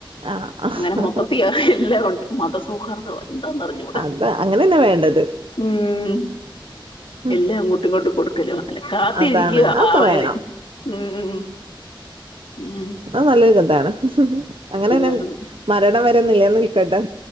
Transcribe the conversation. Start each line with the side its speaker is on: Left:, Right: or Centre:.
Right: ആഹ്
Left: അങ്ങനെ മൊത്തത്തി എല്ലാം ഒണ്ട് മതസൗഹാർ ദൊ എന്താന്നർഞ്ഞൂടാ
Right: അത് അങ്ങനെന്നെ വേണ്ടത്
Left: ഉം
Right: ഉം
Left: എല്ലാ അങ്ങോ ട്ടും ഇങ്ങോട്ട് കൊടുക്കല് എല്ലാ കാത്തിരിക്ക്യാ
Right: അതാണ് അതൊക്കെ
Left: ആവാന്
Right: വേണം
Left: ഉം ഉം ഉം ഉം
Right: അഹ് നല്ലൊരു ഇതാണ് അങ്ങനെന്നെ
Left: ആന്ന്
Right: മരണം വരെ നിലനിൽക്കട്ടെ